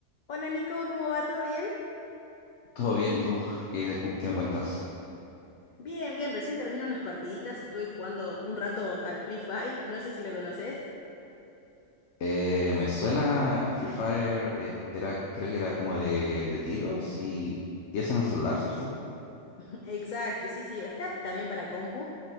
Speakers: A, on the left; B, on the left.
A: Hola Nico, ¿cómo va? ¿Todo bien?
B: Todo bien, ¿y tú? ¿Qué, de cu- qué me cuentas?
A: Bien, bien, recién termino unas partiditas, estuve jugando un rato al Free Fire, no sé si lo conoces.
B: Eh, me suena Free Fire, eh, co- era, creo que era como de, de tiros y, y es en un celular, ¿cierto?
A: <laughs> Exacto, sí, sí, está también para compu,